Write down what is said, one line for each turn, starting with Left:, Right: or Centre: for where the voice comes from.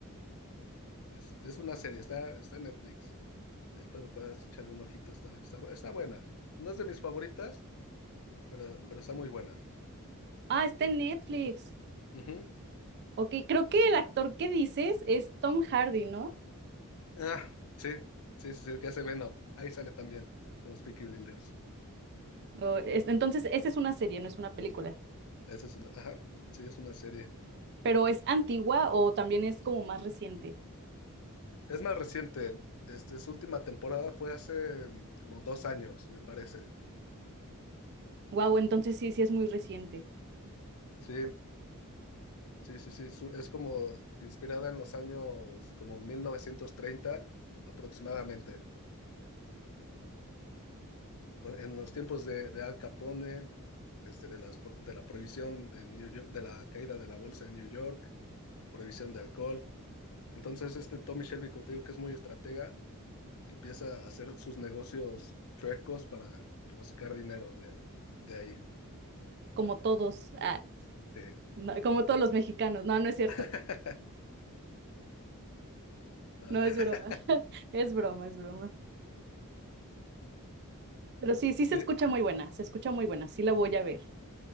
Left: Es, es una serie, está, está en Netflix. Ahí cuando puedas echarle un ojito, está, está, está buena. No es de mis favoritas, pero, pero está muy buena.
Right: Ah, está en Netflix.
Left: Ujú.
Right: Ok, creo que el actor que dices es Tom Hardy, ¿no?
Left: Ah, sí, sí, sí, sí, el que hace Venom. Ahí sale también con los Peaky Blinders.
Right: O es- entonces, esa es una serie, no es una película.
Left: Esa es una, ajá, sí, es una serie.
Right: Pero es antigua o también es como más reciente.
Left: Es más reciente. Este, su última temporada fue hace mm, como dos años, me parece.
Right: Wow, entonces sí, sí es muy reciente.
Left: Sí, sí, sí, sí. su- es como inspirada en los años como 1930 aproximadamente. pues, en los tiempos de, de Al Capone, este, de las, pro- de la prohibición en New York, de la caída de la bolsa en New York, prohibición de alcohol. Entonces, este Tommy Shelby, como te digo, que es muy estratega, empieza a hacer sus negocios chuecos para, para sacar dinero de, de ahí.
Right: Como todos, ah,
Left: Sí.
Right: no, como todos los mexicanos. No, no es cierto.
Left: <laughs> Ah,
Right: No es broma. <laughs> Es broma, es broma. Pero sí, sí se
Left: Sí,
Right: escucha muy buena, se escucha muy buena. Sí la voy a ver.